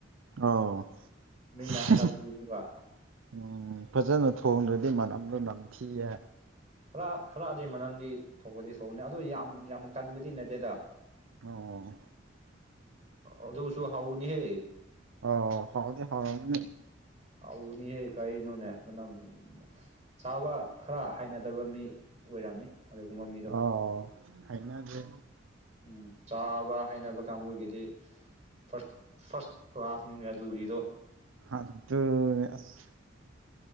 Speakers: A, on the right; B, on the right.
A: ꯑꯣ
B: ꯃꯤꯅ
A: <unintelligible>
B: ꯍꯥꯏꯔꯛꯄꯤꯕꯅꯦꯕ
A: ꯎꯝ ꯐꯖꯅ ꯊꯣꯡꯗ꯭ꯔꯗꯤ ꯃꯅꯝꯗꯣ ꯅꯝꯊꯤꯌꯦ
B: ꯈꯔ ꯈꯔꯗꯤ ꯃꯅꯝꯗꯤ ꯊꯣꯛꯄꯗꯤ ꯊꯣꯛꯅꯤ ꯑꯗꯨ ꯌꯥꯝ ꯌꯥꯝ ꯀꯟꯕꯗꯤ ꯅꯠꯇꯦꯗ
A: ꯑꯣ
B: ꯑꯗꯨꯁꯨ ꯍꯥꯎꯕꯅꯤ ꯍꯦ
A: ꯑꯣ ꯍꯥꯎꯗꯤ ꯍꯥꯎꯔꯝꯅꯤ
B: ꯍꯥꯎꯅꯤꯍꯦ ꯀꯩꯅꯣꯅꯦ ꯃꯅꯝ ꯆꯥꯕ ꯈꯔ ꯍꯩꯅꯗꯕ ꯃꯤ ꯑꯣꯏꯔꯝꯅꯤ ꯑꯗꯨꯒꯨꯝꯕ ꯃꯤꯗꯣ
A: ꯑꯣ ꯍꯩꯅꯗꯦ
B: ꯎꯝ ꯆꯥꯕ ꯍꯩꯅꯕ ꯀꯥꯡꯕꯨꯒꯤꯗꯤ ꯐꯔꯁ ꯐꯥꯔꯁ ꯀ꯭ꯂꯥꯁꯅꯤꯅꯦ ꯑꯗꯨꯒꯤꯗꯣ꯫
A: ꯑꯗꯨꯅꯦ ꯑꯁ